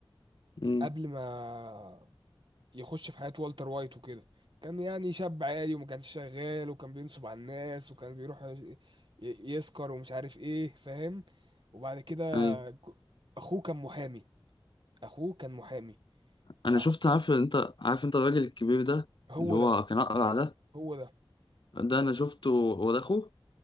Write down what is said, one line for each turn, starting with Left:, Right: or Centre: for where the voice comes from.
Left: امم
Right: قبل ما يخش في حياه والتر وايت وكده كان يعني شاب عادي وما كانش شغال وكان بينصب على الناس وكان بيروح ي- يسكر ومش عارف ايه فاهم وبعد كده
Left: ايوه
Right: ك- اخوه كان محامي اخوه كان محامي
Left: انا
Right: أخو...
Left: شفت عارف انت عارف انت الراجل الكبير ده
Right: هو
Left: اللي هو
Right: ده
Left: كان اقرع ده
Right: هو ده
Left: ده انا شفته هو ده اخوه